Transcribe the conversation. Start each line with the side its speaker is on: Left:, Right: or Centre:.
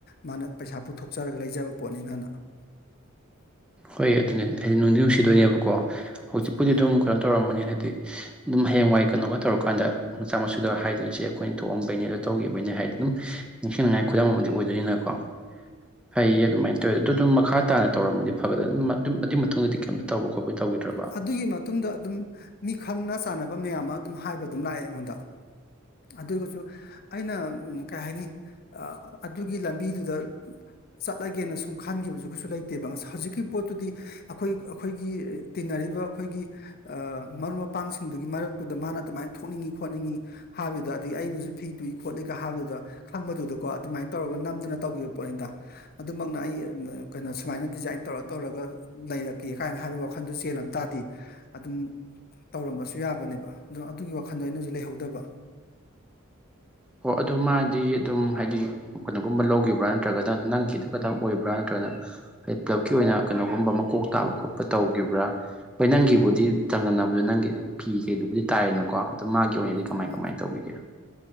Left: ꯃꯥꯅ ꯄꯩꯁꯥ ꯄꯨꯊꯣꯛꯆꯔꯒ ꯂꯩꯖꯕ ꯄꯣꯠꯅꯤꯅꯅ <inaudible>
Centre: ꯍꯣꯏ ꯑꯗꯨꯅꯦ ꯍꯥꯏꯗꯤ ꯅꯨꯡꯗꯤ ꯅꯨꯡꯁꯤꯗꯣꯏꯅꯦꯕꯀꯣ ꯍꯧꯖꯤꯛꯄꯨꯗꯤ
Left: ꯎꯝ
Centre: ꯗꯨꯝ ꯀꯩꯅꯣ ꯇꯧꯔꯝꯃꯅꯤ ꯍꯥꯏꯗꯤ ꯗꯨꯝ ꯍꯌꯦꯡꯋꯥꯏ ꯀꯩꯅꯣꯒ ꯇꯧꯔꯀꯥꯟꯗ ꯃꯆꯥ ꯃꯁꯨꯗ ꯍꯥꯏꯗꯣꯏꯅꯦ ꯁꯦ ꯈꯣꯏ ꯊꯣꯛꯑꯝꯕꯩꯅꯦ ꯑꯗꯨ ꯇꯧꯈꯤꯕꯒꯤꯅꯦ ꯍꯥꯏꯗꯤ ꯗꯨꯝ ꯅꯤꯡꯁꯤꯡꯅꯤꯉꯥꯏ ꯈꯨꯗꯝ ꯑꯃꯗꯤ ꯑꯣꯏꯗꯣꯏꯅꯤꯅꯀꯣ ꯐꯩꯌꯦ ꯑꯗꯨꯃꯥꯏꯅ ꯇꯧꯋꯦ ꯇꯨ ꯗꯨꯝ ꯃꯈꯥ ꯇꯥꯅ ꯇꯧꯔꯝꯃꯗꯤ ꯐꯒꯗꯅꯤ ꯑꯗꯨꯝ ꯑꯗꯨꯏ ꯃꯇꯨꯡꯗꯗꯤ ꯀꯩꯝꯇ ꯇꯧꯕ ꯈꯣꯠꯄ ꯇꯧꯈꯤꯗ꯭ꯔꯕ
Left: ꯑꯗꯨꯒꯤ ꯃꯇꯨꯡꯗ ꯑꯗꯨꯝ ꯃꯤ ꯈꯪꯅ ꯆꯥꯟꯅꯕ ꯃꯌꯥꯝ ꯃ ꯗꯨꯝ ꯍꯥꯏꯕ ꯗꯨꯝ ꯂꯥꯛꯑꯦ ꯑꯩꯉꯣꯟꯗ ꯑꯗꯨꯒꯖꯨ ꯑꯩꯅ ꯀꯩ ꯍꯥꯏꯅꯤ ꯑꯗꯨꯒꯤ ꯂꯝꯕꯤꯗꯨꯗ ꯆꯠꯂꯒꯦꯅ ꯁꯨꯝ ꯈꯟꯈꯤꯕꯁꯨ ꯀꯩꯁꯨ ꯂꯩꯇꯦꯕ ꯍꯨꯖꯤꯛꯀꯤ ꯄꯣꯠꯇꯨꯗꯤ ꯑꯈꯣꯏ ꯑꯩꯈꯣꯏꯒꯤ ꯇꯤꯟꯅꯔꯤꯕ ꯈꯣꯏꯒꯤ ꯑꯥ ꯃꯔꯨꯞ ꯃꯄꯥꯡꯁꯤꯡꯗꯨꯒꯤ ꯃꯔꯛꯇꯨꯗ ꯃꯥꯅ ꯑꯗꯨꯃꯥꯏꯅ ꯊꯣꯛꯅꯤꯡꯉꯤ ꯈꯣꯠꯅꯤꯡꯉꯤ ꯍꯥꯏꯕꯤꯗ ꯑꯗꯒꯤ ꯑꯩꯅꯖꯨ ꯐꯤ ꯇꯨꯏ ꯈꯣꯠꯂꯤꯒ ꯍꯥꯏꯕꯗꯨꯗ ꯈꯪꯕꯗꯨꯗꯣꯀꯣ ꯑꯗꯨꯃꯥꯏꯅ ꯇꯧꯔꯒ ꯅꯝꯗꯅ ꯇꯧꯒꯤꯕ ꯄꯣꯠꯅꯤꯗ ꯑꯗꯨꯃꯛꯅ ꯑꯩ ꯀꯩꯅꯣ ꯁꯨꯃꯥꯏꯅ ꯗꯤꯖꯥꯏꯟ ꯇꯧꯔ ꯇꯧꯔꯒ ꯂꯩꯔꯛꯀꯦ ꯀꯥꯏꯅ ꯍꯥꯏꯕ ꯋꯥꯈꯜ ꯈꯟꯗꯣ ꯆꯦꯜꯂꯝ ꯇꯥꯗꯤ ꯑꯗꯨꯝ ꯇꯧꯔꯝꯕꯁꯨ ꯌꯥꯕꯅꯦꯕ ꯑꯗꯣ ꯑꯗꯨꯒꯤ ꯋꯥꯈꯟꯗꯣ ꯑꯩꯅꯖꯨ ꯂꯩꯍꯧꯗꯕ
Centre: ꯑꯣ ꯑꯗꯨ ꯃꯥꯗꯤ ꯗꯨꯝ ꯍꯥꯏꯗꯤ ꯀꯩꯅꯣꯒꯨꯝꯕ ꯂꯧꯒꯤꯕ꯭ꯔꯥ ꯅꯠꯇ꯭ꯔꯒꯗꯅ ꯅꯪꯒꯤꯗꯨ ꯈꯇꯪ ꯑꯣꯏꯕ꯭ꯔꯥ ꯅꯠꯇ꯭ꯔꯒꯅ ꯍꯥꯏ ꯄꯨꯂꯞꯀꯤ ꯑꯣꯏꯅ ꯀꯩꯅꯣꯒꯨꯝꯕ ꯃꯀꯣꯛ ꯇꯥꯕ ꯈꯣꯠꯄ ꯇꯧꯒꯤꯕ꯭ꯔꯥ ꯍꯣꯏ ꯅꯪꯒꯤꯕꯨꯗꯤ ꯆꯥꯡꯗꯝꯅꯕꯗꯣ ꯅꯪꯒꯤ ꯐꯤ ꯀꯩꯗꯨꯕꯨꯗꯤ ꯇꯥꯏꯔꯦꯅꯀꯣ ꯑꯗꯨ ꯃꯥꯒꯤ <unintelligible> ꯀꯃꯥꯏ
Left: ꯎꯝ
Centre: ꯀꯃꯥꯏꯅ ꯇꯧꯒꯤꯒꯦ